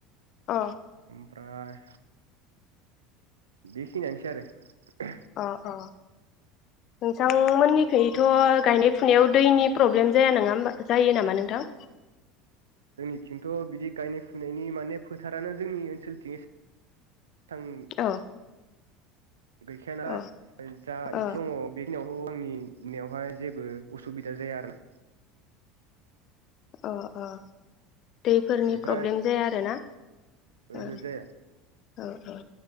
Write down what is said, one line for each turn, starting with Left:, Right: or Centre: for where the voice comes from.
Left: अ
Right: फ्राय बेखिनियानोसै आरो
Left: अ अ नोंथांमोननिखैयथ गायनाय फुनायाव दैनि प्रब्लेम जाया नङा होनबा जायो नामा नोंथां
Right: जोंनिथिंथ बिदि गायनाय फुनायनि माने फोथारानो जोंनि ओनसोलथिं ए थां
Left: औ
Right: <unintelligible>
Left: अ
Right: जा
Left: अ
Right: एसे दङ बेखनियाव <unintelligible> आंनि निआवहाय जेबो असुबिदा जाया आरो ना
Left: अ अ दैफोरनि
Right: ओमफ्राय
Left: प्रब्लेम जाया आरोना
Right: ओहो
Left: अ
Right: जाया
Left: औ औ